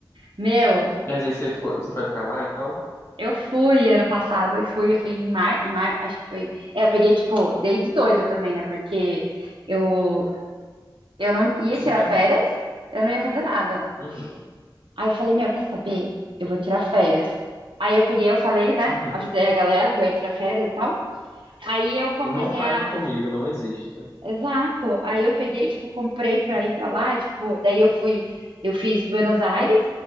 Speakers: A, on the right; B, on the left.
A: Meu,
B: Mas aí você foi, você foi pra lá, então?
A: eu fui ano passado, eu fui, eu fui em mar, mar, acho que foi. É, eu peguei, tipo, dei de doida também, né? Porque eu, eu não ia
B: Assim
A: tirar
B: que é
A: férias,
B: bom.
A: eu não ia fazer nada.
B: Uhum,
A: Aí eu falei, meu, quer saber? Eu vou tirar férias. Aí eu peguei, eu falei, né?
B: uhum.
A: Avisei a galera que eu ia tirar férias e tal. Aí eu
B: Tipo,
A: comecei
B: não falem
A: a
B: comigo, não exista.
A: Exato. Aí eu peguei, tipo, comprei pra ir pra lá, tipo, daí eu fui, eu fiz Buenos Aires,